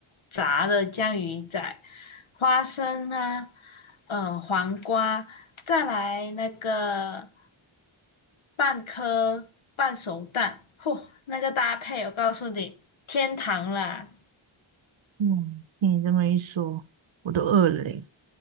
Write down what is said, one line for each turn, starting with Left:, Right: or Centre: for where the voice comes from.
Left: 炸的江鱼仔、花生啊，呃，黄瓜，再来那个半颗半熟蛋，嚯，那个搭配我告诉你，天堂啦！
Right: 嗯，听你这么一说，我都饿了诶。